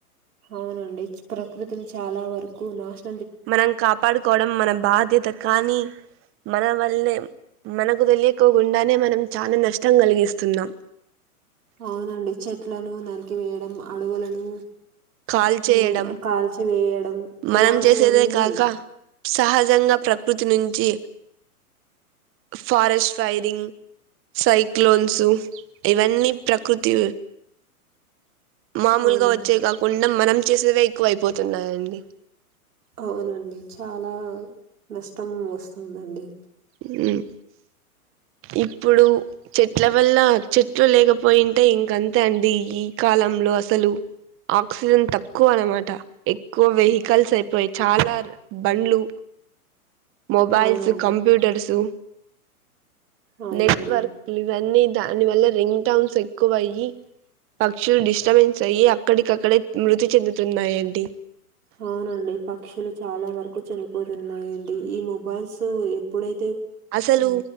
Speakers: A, on the right; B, on the right.
A: అవునండి ప్రకృతిని చాలా వరకు నాష్
B: మనం కాపాడుకోవడం మన బాధ్యత. కానీ మన వల్లే మనకు తెలియకోకుండానే మనం చాలా నష్టం కలిగిస్తున్నాం.
A: అవునండి చెట్లను నరికి వేయడం, అడవులను
B: కాల్
A: హ్
B: చేయడం
A: కాల్చీవె యడం
B: మనం
A: ఇలాంటివన్నీ
B: చేసేదే కాక సహజంగా ప్రకృతి నుంచి ఫారెస్ట్ ఫైరింగ్, సైక్లోన్సు ఇవన్నీ ప్రకృతి మామూలుగా
A: అవునండి
B: వచ్చేవి కావు కొన్ని మనం చేసేవే ఎక్కువ అయిపో తున్నాయండి.
A: అవునండి చాలా నష్టం వస్తుందండి.
B: హ్ ఇప్పుడు చెట్ల వల్ల చెట్లు లేకపోయింటే ఇంక అంతే అండి. ఈ కాలంలో అసలు ఆక్సిజన్ తక్కువ అనమాట ఎక్కువ వెహి కల్స్ అయిపోయి చాలా బండ్లు మొబైల్స్,
A: అవునండి
B: కంప్యూ సు
A: అవునండి
B: నెట్వర్క్లు ఇవన్నీ దానివల్ల రింగ్ టోన్స్ ఎక్కువయి, పక్షులు డిస్టబెన్స్ అయ్యి అక్కడికక్కడే మృతి చెందుతున్నాయండి.
A: అవునండి పక్షులు చాలా వరకు చనిపోతున్నాయండి, ఈ మొబైల్స్ ఎప్పుడై
B: అసలు